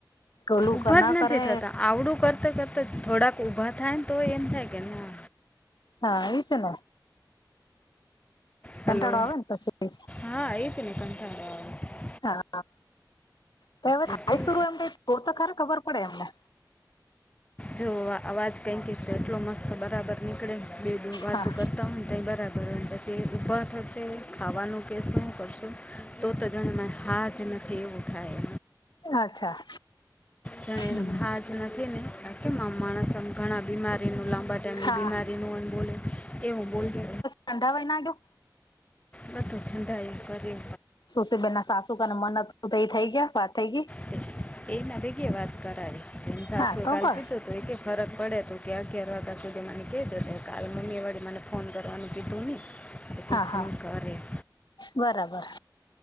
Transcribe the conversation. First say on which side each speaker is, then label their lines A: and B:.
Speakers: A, on the left (about 70°); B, on the left (about 15°).
A: ઓલું
B: ઊભા
A: ના
B: જ નથી
A: કરે
B: થતા આવડું કરતાં કરતા થોડાક ઊભા થાય ને તો એમ થાય કે ના
A: હા એ છે ન
B: હલો
A: કંટાળો આવે ને પછી
B: હા એ જ ને કંટાળો આવે
A: હા તો હવે થાય
B: બધું
A: શર એમ તોર તો ખરે ખબર પડે એમને
B: જો અવાજ કંઈક તો એટલો મસ્ત બરાબર નીકળે બે વાતો
A: હા
B: કરતા હોય તં બરાબર પછી ઊભા થશે ખાવાનું કે શું કરશું તો તો જાણ માં હા જ નથી એવું થાય
A: અચ્છા.
B: જાણે
A: હમ
B: એ હાજ નથી ને કે આમ માણસ આમ ઘણા બીમારીનું લાંબા તેમમની
A: હા
B: બીમારીનું અન બોલે એ હું બોલશ
A: કંદડા વ એનાગ્યો
B: વધ છંડાયું કરે
A: સુશીબેન ના સાસુકાને મનું તો એ થઈ ગયા વાત થઈ ગઈ
B: છે એના ભેગી વાત કરાવી તેની સાસુએ
A: હા તો
B: કાલ
A: બસ
B: કીધો હતો એ કે ફરક પડે તો કે અગિયાર વાગ્યા સુધી મને કેહેજો ત્યાર કાલ મમ્મી વળી મને ફોન કરવાનું કીધું નહી. તું
A: હા
B: ફોન
A: હા
B: કર એમ
A: બરાબર.